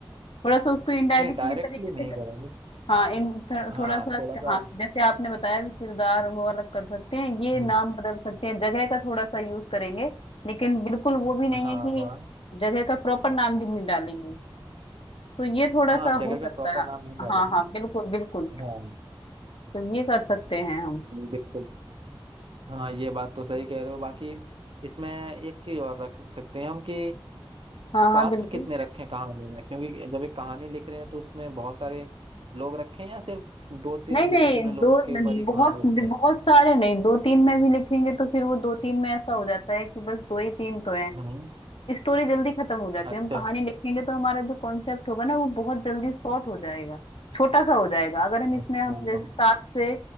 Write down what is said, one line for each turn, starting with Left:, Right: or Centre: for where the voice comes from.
Left: थोड़ा सा उसको इनडायरेक्टली
Right: नहीं डायरेक्टली
Left: तरीके
Right: नहीं
Left: से
Right: करेंगे
Left: हाँ इन थो-
Right: हाँ
Left: थोड़ा सा
Right: थोड़ा सा
Left: हाँ
Right: आप-
Left: जैसे आपने बताया कि किरदार वो अलग कर सकते हैं ये
Right: हम्म,
Left: नाम बदल सकते हैं जगह का थोड़ा सा यूज करेंगे लेकिन बिल्कुल वो भी नहीं
Right: हाँ
Left: है कि
Right: हाँ
Left: जगह का प्रॉपर नाम भी नहीं डालेंगे तो ये थोड़ा
Right: हाँ
Left: सा
Right: जगह
Left: हो
Right: का
Left: सकता
Right: प्रॉपर
Left: है
Right: नाम नहीं डालेंगे
Left: हाँ हाँ बिल्कुल बिल्कुल
Right: हाँ
Left: तो ये कर सकते हैं हम
Right: बिल्कुल हाँ ये बात तो सही कह रहे हो बाकी इसमें एक चीज और रख सकते हैं हम कि
Left: हाँ
Right: पात्र
Left: हाँ बिल्कुल
Right: कितने रखें कहानी में क्योंकि जब एक कहानी लिख रहे हैं तो उसमें बहुत सारे लोग रखें या सिर्फ दो तीन
Left: नहीं
Right: गिने
Left: नहीं
Right: चुने लोगों
Left: दो
Right: के ऊपर ही
Left: बहुत
Right: कहानी रखें
Left: बहुत सारे नहीं दो तीन में भी लिखेंगे तो फिर वो दो तीन में ऐसा हो जाता है कि बस दो ही तीन तो हैं
Right: हम्म
Left: स्टोरी जल्दी खत्म हो जाती
Right: अच्छा
Left: है हम कहानी लिखेंगे तो हमारा जो कॉन्सेप्ट होगा ना वो बहुत जल्दी शॉर्ट हो जाएगा छोटा सा हो जाएगा अगर हम
Right: अच्छा
Left: इसमें हम जैसे सात से